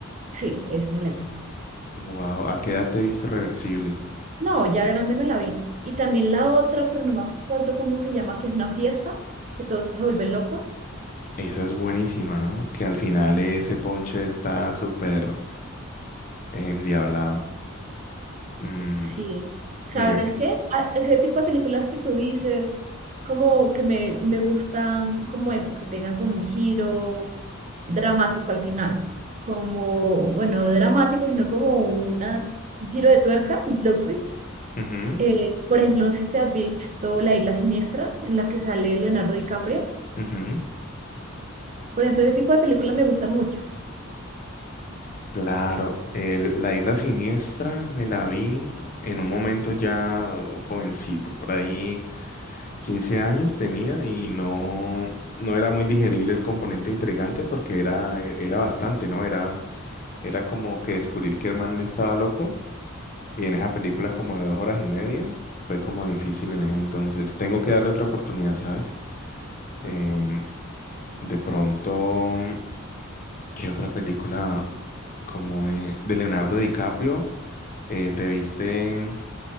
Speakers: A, on the right (about 35°); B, on the left (about 40°).
A: Sí, esa me la he visto.
B: Wow, ¿a qué edad te viste Reversible?
A: No, ya grande me la vi. Y también la otra, pero no me acuerdo cómo se llama, que es una fiesta, que todos se vuelven locos.
B: Esa es buenísima, ¿no? Que al final ese ponche está súper eh, endiablado. Mm,
A: Sí.
B: mira.
A: ¿Sabes qué? A- Ese tipo de películas que tú dices, como que me, me gustan como eso, que tengan como un giro dramático al final. Como, bueno, no dramático, sino como una, un giro de tuerca, un plot twist
B: ujú,
A: Eh, por ejemplo, no sé si te has visto La Isla Siniestra, en la que sale Leonardo DiCaprio.
B: ujú.
A: Por ejemplo, ese tipo de películas me gustan mucho.
B: Claro, el- la isla siniestra me la vi en un momento ya jovencito, por ahí 15 años tenía y no, no era muy digerible el componente intrigante porque era, e- era bastante, ¿no? Era, era como que descubrir que el man estaba loco y en esa película como de dos horas y media fue como difícil en ese entonces. Tengo que darle otra oportunidad, ¿sabes? Em, de pronto, ¿qué otra película como de, de Leonardo DiCaprio? Eh, ¿te viste